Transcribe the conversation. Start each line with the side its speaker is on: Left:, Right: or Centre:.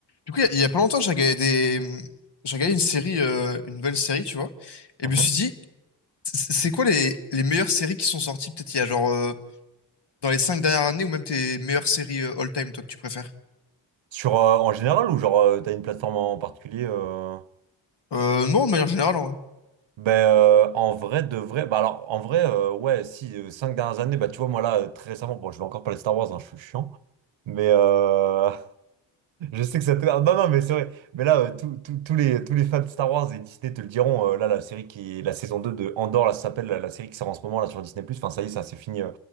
Left: Du coup, il y a pas longtemps, j'ai regardé des... j'ai regardé une série, euh, une nouvelle série, tu vois. Et
Right: Mhm.
Left: je me suis dit, c'est c'est quoi les, les meilleures séries qui sont sorties, peut-être il y a genre euh, dans les cinq dernières années, ou même tes meilleures séries euh, all-time, toi, que tu préfères?
Right: Sur, euh, en général ou genre euh, t'as une plateforme en particulier euh...
Left: Euh, non, de manière générale, en vrai.
Right: Ben euh, en vrai de vrai bah alors en vrai euh, ouais si euh, cinq dernières années bah tu vois moi là euh, très récemment bon je vais encore parler de Star Wars hein, je suis chiant mais euh, <laughs> je sais que ça te ah, non non mais c'est vrai mais là euh, tous tous- tous les tous les fans de Star Wars et Disney te le diront euh, là la série qui est la saison 2 de Andor là ça s'appelle la, la série qui sort en ce moment là sur Disney+. Enfin ça y est ça c'est fini euh,